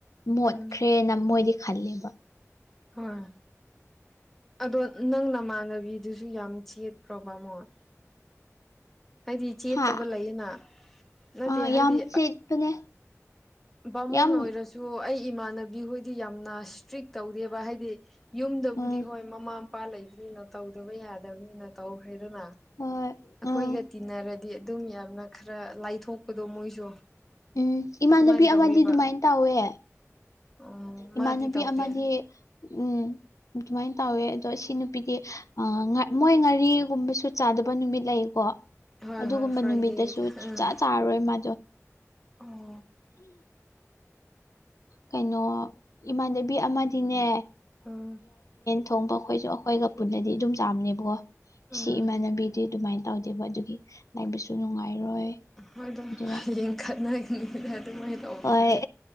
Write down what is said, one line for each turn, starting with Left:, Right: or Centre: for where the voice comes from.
Left: ꯃꯣꯠꯈ꯭ꯔꯦꯅ
Centre: ꯎꯝ
Left: ꯃꯣꯏꯗꯤ ꯈꯜꯂꯦꯕ
Centre: ꯍꯣꯏ ꯑꯗꯣ ꯅꯪ ꯅꯃꯥꯟꯅꯕꯤꯗꯨꯁꯨ ꯌꯥꯝ ꯆꯦꯠꯄ꯭ꯔꯣꯕ ꯕꯥꯃꯣꯟ ꯍꯥꯏꯗꯤ ꯆꯦꯠꯇꯕ
Left: ꯍꯥ
Centre: ꯂꯩꯌꯦꯅ ꯅꯠꯇꯦ
Left: ꯑ
Centre: ꯍꯥꯏꯗꯤ
Left: ꯌꯥꯝ ꯆꯦꯠꯄꯅꯦ
Centre: ꯕꯥꯃꯣꯟ
Left: ꯌꯥꯝ
Centre: ꯑꯣꯏꯔꯁꯨ ꯑꯩ ꯏꯃꯥꯟꯅꯕꯤ ꯍꯣꯏꯗꯤ ꯌꯥꯝꯅ ꯏꯁꯇ꯭ꯔꯤꯛ ꯇꯧꯗꯦꯕ ꯍꯥꯏꯗꯤ ꯌꯨꯝꯗꯕꯨꯗꯤ
Left: ꯎꯝ
Centre: ꯍꯣꯏ ꯃꯃꯥ ꯃꯄꯥ ꯂꯩꯕꯅꯤꯅ ꯇꯧꯗꯕ ꯌꯥꯗꯕꯅꯤꯅ ꯇꯧꯈ꯭ꯔꯦꯗꯅ
Left: ꯍꯣꯏ
Centre: ꯑꯩꯈꯣꯏꯒ
Left: ꯎꯝ
Centre: ꯇꯤꯟꯅꯔꯗꯤ ꯑꯗꯨꯝ ꯌꯥꯝꯅ ꯈꯔ ꯂꯥꯏꯊꯣꯛꯄꯗꯣ ꯃꯣꯏꯁꯨ
Left: ꯎꯝ ꯏꯃꯥꯟꯅꯕꯤ
Centre: ꯑꯗꯨꯃꯥꯏꯅ ꯇꯧꯋꯦꯕ
Left: ꯑꯃꯗꯤ ꯑꯗꯨꯃꯥꯏꯅ ꯇꯧꯋꯦ
Centre: ꯑꯣ
Left: ꯏꯃꯥꯟꯅꯕꯤ
Centre: ꯃꯥꯗꯤ ꯇꯧꯗꯦ
Left: ꯑꯃꯗꯤ ꯎꯝ ꯑꯗꯨꯃꯥꯏꯅ ꯇꯧꯋꯦ ꯑꯗꯣ ꯁꯤ ꯅꯨꯄꯤꯗꯤ ꯑ ꯉꯥ ꯃꯣꯏ ꯉꯥꯔꯤꯒꯨꯝꯕꯁꯨ ꯆꯥꯗꯕ ꯅꯨꯃꯤꯠ ꯂꯩꯀꯣ
Centre: ꯍꯣꯏ
Left: ꯑꯗꯨꯒꯨꯝꯕ
Centre: ꯍꯣꯏ ꯐ꯭ꯔꯥꯏꯗꯦꯗ
Left: ꯅꯨꯃꯤꯠꯇꯁꯨ ꯁꯨꯡꯆꯥ
Centre: ꯎꯝ
Left: ꯆꯥꯔꯔꯣꯏ ꯃꯥꯗꯣ
Centre: ꯑꯣ
Left: ꯀꯩꯅꯣ ꯏꯃꯥꯟꯅꯕꯤ ꯑꯃꯗꯤꯅꯦ
Centre: ꯎꯝ
Left: ꯊꯣꯡꯕ ꯑꯩꯈꯣꯏꯁꯨ ꯑꯩꯈꯣꯏꯒ ꯄꯨꯟꯅꯗꯤ ꯑꯗꯨꯝ ꯆꯥꯝꯅꯦꯕꯀꯣ
Centre: ꯎꯝ
Left: ꯁꯤ ꯏꯃꯥꯟꯅꯕꯤꯗꯤ ꯑꯗꯨꯃꯥꯏꯅ ꯇꯧꯗꯦꯕ ꯑꯗꯨꯒꯤ ꯂꯥꯛꯕꯁꯨ ꯅꯨꯡꯉꯥꯏꯔꯣꯏ
Centre: ꯃꯣꯏꯗꯣ
Left: ꯑꯗꯨꯒ
Centre: ꯂꯤꯡꯈꯠꯅꯒꯅꯤꯅ ꯑꯗꯨꯃꯥꯏꯅ ꯇꯧꯕꯗꯨꯗꯤ
Left: ꯍꯣꯏ